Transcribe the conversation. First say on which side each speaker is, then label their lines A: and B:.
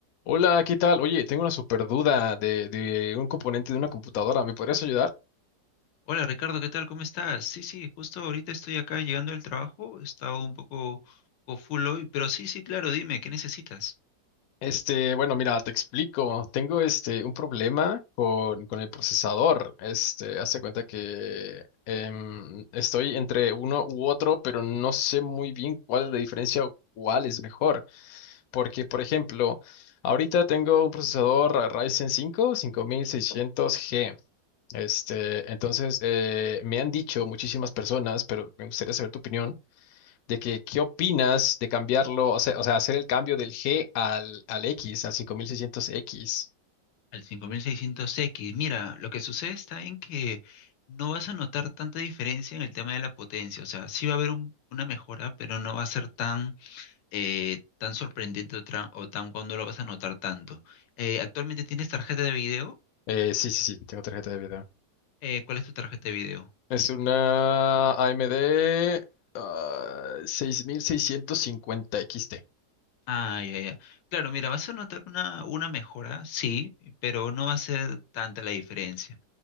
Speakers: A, on the left; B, on the left.
A: Hola, ¿qué tal? Oye, tengo una super duda de, de un componente de una computadora. ¿Me podrías ayudar?
B: Hola Ricardo, ¿qué tal? ¿Cómo estás? Sí, sí, justo ahorita estoy acá llegando del trabajo, he estado un poco, poco full hoy, pero sí, sí, claro, dime, ¿qué necesitas?
A: Este, bueno, mira, te explico. Tengo este un problema con, con el procesador. Este, hazte cuenta que em, estoy entre uno u otro, pero no sé muy bien cuál es la diferencia o cuál es mejor. Porque, por ejemplo, ahorita tengo un procesador Ryzen cinco, cinco mil seiscientos g Este, entonces, eh, me han dicho muchísimas personas, pero me gustaría saber tu opinión de que qué opinas de cambiarlo, o sea, o sea, hacer el cambio del G al, al X, al cinco mil seiscientos x
B: Al cinco mil seiscientos x mira, lo que sucede está en que no vas a notar tanta diferencia en el tema de la potencia, o sea, sí va a haber un- una mejora, pero no va a ser tan, eh, tan sorprendente o, tra- o tan cuando lo vas a notar tanto. Eh, ¿actualmente tienes tarjeta de video?
A: Eh, sí, sí, sí, tengo tarjeta de video.
B: Eh, ¿cuál es tu tarjeta de video?
A: Es una AMD ah, 6650XT.
B: Ah, ya, ya. Claro, mira, vas a notar una, una mejora, sí, pero no va a ser tanta la diferencia.